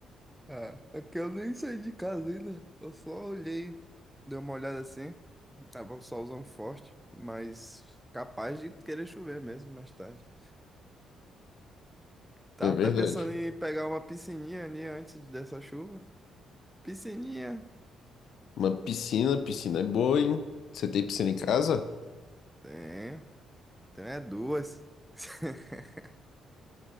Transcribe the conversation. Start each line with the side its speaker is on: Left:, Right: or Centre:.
Centre: Ah, é que eu nem saí de casa ainda. Eu só olhei, dei uma olhada assim. Tava um solzão forte, mas capaz de querer chover mesmo mais tarde. Tava
Left: É verdade.
Centre: até pensando em pegar uma piscininha ali antes dessa chuva. Piscininha.
Left: Uma piscina, piscina é boa, hein? Você tem piscina em casa?
Centre: Tem. Tem é duas. <laughs>